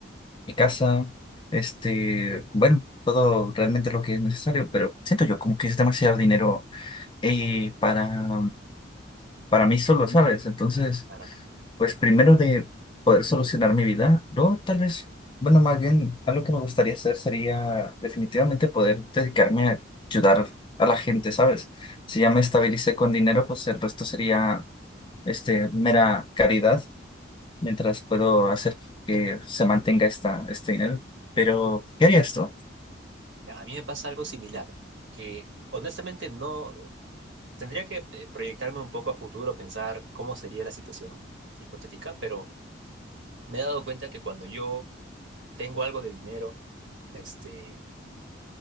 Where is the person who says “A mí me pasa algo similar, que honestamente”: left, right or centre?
Right